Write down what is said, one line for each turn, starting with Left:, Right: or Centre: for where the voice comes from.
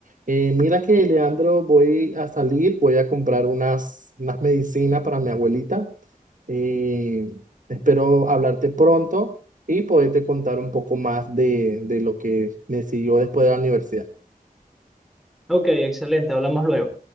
Right: Eh, mira que, Leandro, voy a salir, voy a comprar unas, unas medicinas para mi abuelita. Eh, espero hablarte pronto y poderte contar un poco más de, de lo que me siguió después de la universidad.
Centre: Ok, excelente, hablamos luego.